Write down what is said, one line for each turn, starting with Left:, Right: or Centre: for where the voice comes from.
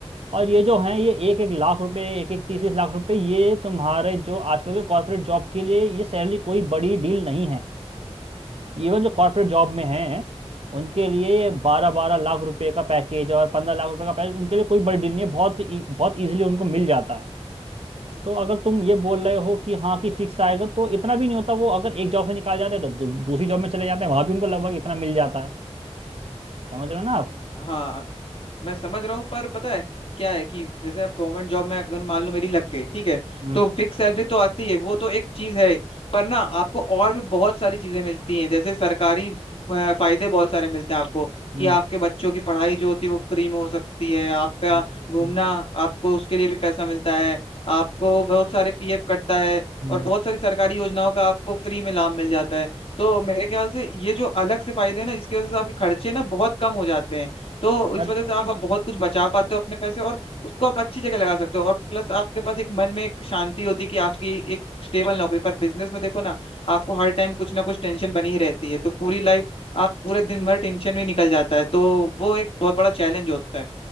Right: और ये जो है ये एक एक लाख रुपए एक एक तीस तीस लाख रुपए ये तुम्हारे जो आजकल के कॉर्पोरेट जॉब के लिए ये सैलरी कोई बड़ी डील नहीं है इवन जो कॉर्पोरेट जॉब में हैं उनके लिए बारह बारह लाख रुपए का पैकेज और पंद्रह लाख रुपए का पैकेज उनके लिए कोई बड़ी डील नहीं है बहुत ई- बहुत इजीली उनको मिल जाता है तो अगर तुम ये बोल रहे हो कि हाँ कि फिक्स आएगा तो इतना भी नहीं होता वो अगर एक जॉब से निकाल जाते हैं तो दू, दूसरी जॉब में चले जाते हैं वहां भी उनको लगभग इतना मिल जाता है समझ रहे हो ना आप
Left: हाँ मैं समझ रहा हूँ पर पता है क्या है कि जैसे अब गवर्नमेंट जॉब में अगर मान लो मेरी लग गई ठीक है
Right: हम्म
Left: तो फिक्स सैलरी तो आती है वो तो एक चीज है पर ना आपको और भी बहुत सारी चीजें मिलती हैं जैसे सरकारी अ, फायदे बहुत सारे मिलते हैं आपको
Right: हम्म
Left: कि आपके बच्चों की पढ़ाई जो होती है वो फ्री में हो सकती है आपका
Right: हम्म,
Left: घूमना
Right: हम्म,
Left: आपको उसके लिए भी पैसा मिलता है आपको बहुत सारे पीएफ कटता है
Right: हम्म।
Left: और बहुत सारी सरकारी योजनाओं का आपको फ्री में लाभ मिल जाता है तो मेरे ख्याल से ये जो अलग से फायदे हैं ना इसकी वजह से आपके खर्चे ना बहुत कम हो जाते हैं तो इस
Right: अर-
Left: वजह से आप, आप बहुत कुछ बचा पाते हो अपने पैसे और उसको आप अच्छी जगह लगा सकते हो और प्लस आपके पास एक मन में एक शांति होती है कि आपकी एक स्टेबल नौकरी पर बिजनेस में देखो ना आपको हर टाइम कुछ ना कुछ टेंशन बनी ही रहती है तो पूरी लाइफ आप पूरे दिन भर टेंशन में निकल जाता है तो वो एक बहुत बड़ा चैलेंज होता है